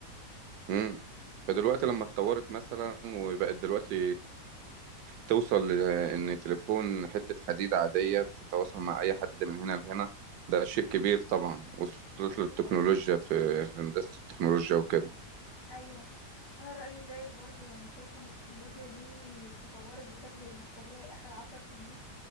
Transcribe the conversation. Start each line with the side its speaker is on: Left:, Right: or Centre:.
Right: امم فدلوقتي لما اتطورت مثلا وبقت دلوقتي توصل لان تليفون حتة حديد عادية تتواصل مع اي حد من هنا لهنا ده شيء
Left: مم.
Right: كبير طبعا وصلت
Left: اكيد
Right: للتكنولوجيا
Left: اكيد
Right: في هندسة التكنولوجيا وكده
Left: ايوه انا رايي زيك برضو يعني شايفه ان التكنولوجيا دي تطورت بشكل مش طبيعي اخر عشر سنين